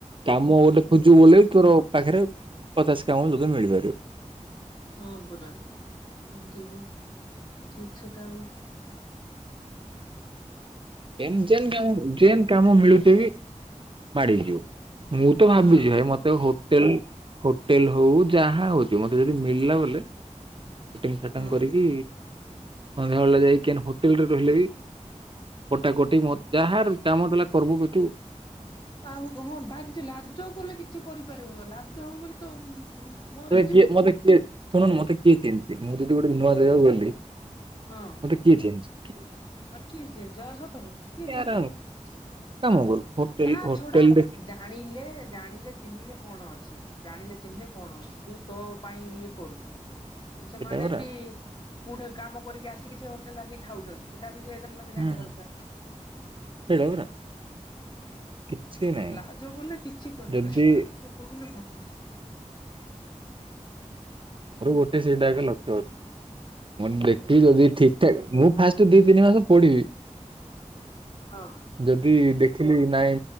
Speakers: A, on the right; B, on the left.
A: କାମ ଗୋଟେ
B: ହୁଁ।
A: ଖୋଜିବ ବୋଲେ ତୋର- ପାଖରେ ପଚାଶ କାମ ତୋତେ ମିଳିପାରିବ।
B: ହଁ ପରା ଏମିତି ବି ଠିକ ସେଟା ବି।
A: ଏମ ଯେମ କାମ ଯେମ କାମ ମିଳୁଛି ବି ମାଡି ଯିବ। ମୁଁ ତ ଭାବିଛି
B: ହଁ
A: ଭାଇ ମତେ ହୋଟେଲ- ହୋଟେଲ ହଉ ଯାହା ହଉଛି ହଉ ମୋତେ ଯଦି ମିଳିଲା ବଲେ- ଫିଟିଙ୍ଗ ଫାଟଙ୍ଗ
B: ହଁ।
A: କରିକି ସନ୍ଧ୍ୟା ବେଳେ ଯାଇକି କେନ ହୋଟେଲରେ ରହିଲେ ବି- କଟାକଟି ମ ଯାହାର କାମ ଦେଲା କରିବୁ କହିକି।
B: ଆ ହଁ ବାଜ ଲାଜ କଲେ କିଛି କରିପାରିବ ଲାଜ ହଉ ବୋଲି ତ ମରିଯିବ।
A: କିଏ ମୋତେ କିଏ? ଶୁଣୁନ ମୋତେ କିଏ ଚିହ୍ନିଛି ମୁଁ ଯଦି ଗୋଟେ ନୂଆ ଜାଗାକୁ ଗଲି
B: ହଁ
A: ମୋତେ କିଏ ଚିହ୍ନିଛି?
B: ଆ କିଏ ଚିହ୍ନିଛି ଆଉ ସତ କଥା କିଏ ଚିହ୍ନିଛି?
A: ୟାର କାମ
B: ହଁ
A: କରୁ ହୋଟେଲ
B: ତା
A: ହୋଟେଲ
B: ଛଡା
A: ଦେ
B: ଜାଣିଲେ ଜାଣିଲେ ଚିହ୍ନିଲେ। କଣ ଅଛି? ଜାଣିଲେ ଚିହ୍ନିଲେ କଣ ଅଛି? ତୁ ତୋ ପାଇଁ ଇଏ କରୁଛୁ। ସେମାନେ
A: ସେଇଟା ପରା
B: ବି କୋଉଠି କାମ କରିକି ଆସିକି ସେ ହୋଟେଲରେ ଆସିକି ଖାଉଛନ୍ତି। ସେଇଟା ବି- ସେ ସେମାନେ
A: ହୁଁ
B: ଜାଣିବା ଦରକାର।
A: <unintelligible> ନାହିଁ
B: ଲାଜ କଲେ କିଛି କରିପାରିବୁନି।
A: ଯଦି
B: ଲାଜ କଲେ- ହଁ।
A: ମୋର ଗୋଟେ ସେଇଟା ଏକ ଲକ୍ଷ ଅଛି। ମୁଁ
B: ହୁଁ।
A: ଦେଖିକି ଯଦି ଠିକଠାକ୍ ମୁଁ- ଫାଷ୍ଟ ଦି ତିନି ମାସ ପଢ଼ିବି।
B: ହଁ।
A: ଯଦି ଦେଖ- ଦେଖିଲି ନାଇଁ।